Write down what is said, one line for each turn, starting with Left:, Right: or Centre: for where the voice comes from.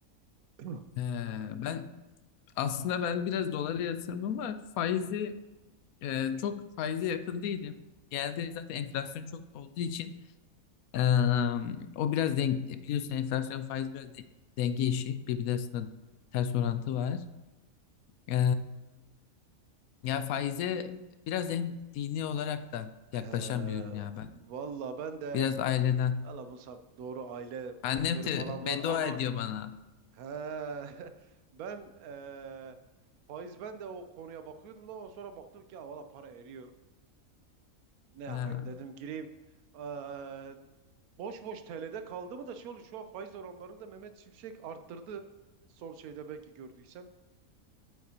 Right: <clears throat>
Left: Ee, ben aslında ben biraz dolara yatırımım var. Faizi e, çok faize yakın değilim. Genelde zaten enflasyon çok olduğu için e, o biraz denk, biliyorsun enflasyon faiz biraz de- denge işi. Birbirleri arasında ters orantı var. E, ya faize biraz en dini olarak da yaklaşamıyorum
Right: He,
Left: ya ben.
Right: valla ben de
Left: Biraz aileden.
Right: valla Musab doğru aile faktörü
Left: Annem de
Right: falan
Left: beddua
Right: var ama
Left: ediyor bana.
Right: He. <laughs> Ben eee faiz ben de o konuya bakıyordum da ama sonra baktım ki "Aa, valla para eriyor. Ne yapayım
Left: Ha.
Right: dedim gireyim. Eee, boş boş TL'de kaldı mı da şey oluyor şu an faiz oranlarını da Mehmet Şimşek arttırdı. Son şeyde belki gördüysen.